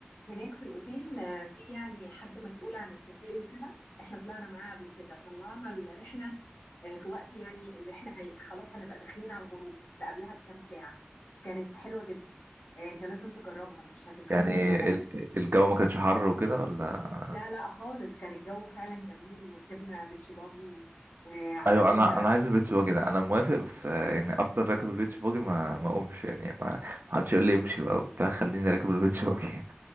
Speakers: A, on the left; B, on the right.
A: هناك في الاوتيل آه، في يعني حد مسؤول عن السفاري وكده احنا طلعنا معاه قبل كده طلعنا الرحله آه، في وقت يعني اللي احنا هي... خلاص هنبقى داخلين على الغروب بس قبلها بكام ساعه كانت حلوه جدا آه، انت لازم تجربها مش هتتخنق
B: يعني
A: ولا
B: ال-
A: هي...
B: الجو ما كانش حر وكده ولا
A: لا لا خالص كان الجو فعلا جميل وركبنا بيتش باجي و... وعملوا
B: ايوه انا
A: لنا
B: انا عايز البيتش باجي ده انا موافق بس آه، يعني افضل راكب البيتش باجي ما ما اقومش يعني ما ما حدش يقول لي امشي بقى وبتاع خليني راكب البيتش باجي